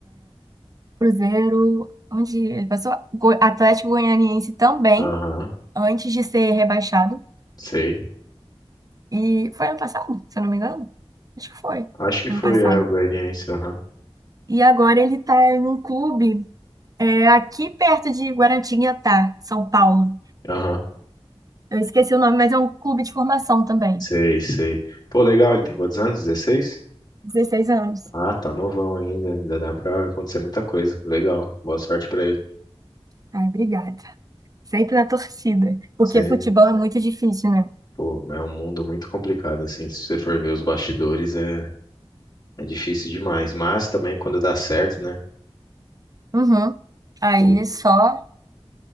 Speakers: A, on the right; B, on the left.
A: Cruzeiro, onde ele passou, Go- Atlético Goianiense também
B: aham,
A: antes de ser rebaixado.
B: sei.
A: E foi ano passado, se eu não me engano? Acho que foi
B: Acho que foi
A: ano passado.
B: é, o Goianiense, aham,
A: E agora ele tá em um clube é, aqui perto de Guaratinguetá, São Paulo.
B: aham,
A: Eu esqueci o nome, mas é um clube de formação também.
B: sei, sei. Pô, legal, ele tem quantos anos? 16?
A: 16 anos.
B: Ah, tá novão ainda, ainda dá pra acontecer muita coisa. Legal, boa sorte pra ele.
A: Ai, obrigada. Sempre na torcida. Porque
B: Sim,
A: futebol é muito difícil, né?
B: pô, é um mundo muito complicado, assim, se você for ver os bastidores é, é difícil demais, mas também quando dá certo, né,
A: Uhum. Aí
B: pô,
A: só,